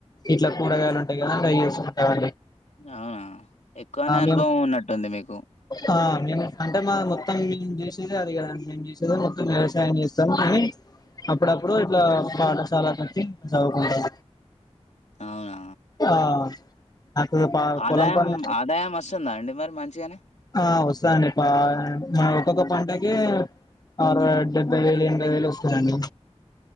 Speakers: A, on the left; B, on the left.
A: ఇట్లా కూరగాయలు ఉంటాయి కదా అవి చూసుకుంటామండి
B: అవునా ఎక్కువనే అనుభవం
A: మేము
B: ఉన్నట్టుంది మీకు
A: ఆ మేము అంటే మా మొత్తం మేము చేసేది అది కదండి. మేము చేసేది మొత్తం వ్యవసాయం చేస్తము. కాని అప్పుడప్పుడు ఇట్లా పాఠశాల కొచ్చి చదువుకుంటం.
B: అవునా!
A: ఆ నాకు పా
B: ఆదాయం
A: పొలం పనులు
B: ఆదాయం వస్తుందా అండి మరి మంచిగనే
A: ఆ వస్తదండి పా ఒక్కొక్క పంటకి అరవై డెబ్బై వేలు ఎనభై వేలు వస్తదండి